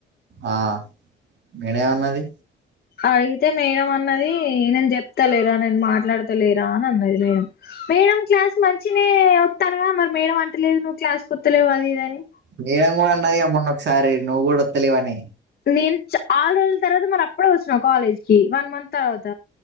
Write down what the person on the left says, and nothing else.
అడిగితే మేడం అన్నది నేను చెప్తా లేరా నేను మాట్లాడత లేరా అని అన్నది మేడం. మేడం క్లాస్ మంచినే వస్తానుగా మరి మేడ అంటలేదు నువ్వు క్లాస్ కుత్తలేవు అది ఇది అని
నేను ఆరు రోజుల తర్వాత మరి అప్పుడే వస్తుిన కాలేజ్ కి వన్ మంత్ తర్వాత